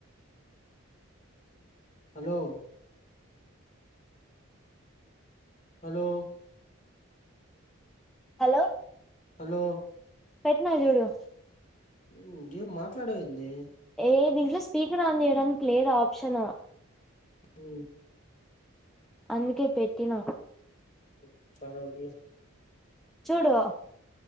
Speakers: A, on the left (about 35°); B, in the centre.
A: hello hello
B: hello
A: hello
B: పెట్టిన చూడు
A: హ్ ఏం మాట్లాడవా ఏందీ
B: ఏ దీంట్లో స్పీకర్ ఆన్ చేయడానికి లేదు. ఆప్షన్
A: హ్
B: అందుకే పెట్టిన
A: <unintelligible>
B: చూడు